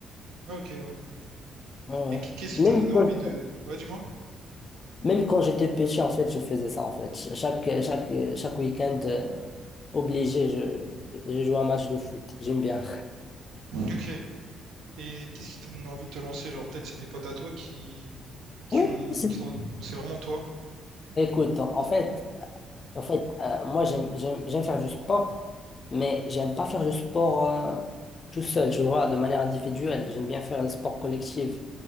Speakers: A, on the right (about 85°); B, on the left (about 40°).
A: Ah, ok, ouais.
B: Ouais, ouais.
A: Et qui- qu'est-ce qui
B: Même
A: t'a donné envie
B: quand,
A: de... Ouais, dis-moi.
B: même quand j'étais petit, en fait, je faisais ça, en fait. Ch- Chaque, chaque, chaque week-end, euh, obligé, je, je joue un match de foot. J'aime bien.
A: <laughs> Ok. Et qu'est-ce qui t'a donné envie de te lancer? Genre, peut-être c'est des potes à toi qui, qui
B: Oui,
A: ont...
B: c'est
A: Qui t'ont- ou c'est vraiment toi?
B: Écoute, en en fait, en fait euh, moi, j'aime, j'aime, j'aime faire du sport, mais j'aime pas faire du sport euh, tout seul, je vois, de manière individuelle. J'aime bien faire le sport collectif.